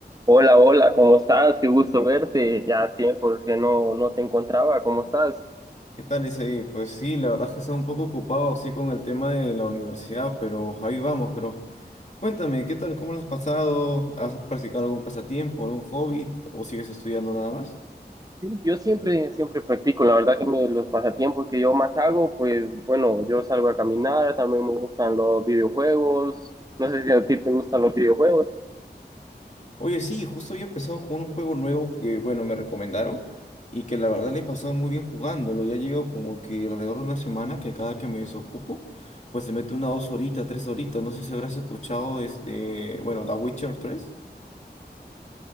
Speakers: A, on the right; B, on the left.
A: Hola, hola, ¿cómo estás? Qué gusto verte. Ya tiempo que no, no te encontraba. ¿Cómo estás?
B: ¿Qué tal, Isaí? Pues sí, la verdad es que estaba un poco ocupado así con el tema de la universidad, pero ahí vamos, pero cuéntame, ¿qué tal? ¿Cómo lo has pasado? ¿Has practicado algún pasatiempo, algún hobby o sigues estudiando nada más?
A: Yo siempre, siempre practico. La verdad que me- los pasatiempos que yo más hago, pues bueno, yo salgo a caminar, también me gustan los videojuegos. No sé si a ti te gustan los videojuegos.
B: Oye, sí, justo había empezado con un juego nuevo que, bueno, me recomendaron y que la verdad le he pasado muy bien jugándolo. Ya llevo como que alrededor de una semana que cada que me desocupo, pues se mete una dos horitas, tres horitas. No sé si habrás escuchado de, bueno, The Witcher 3.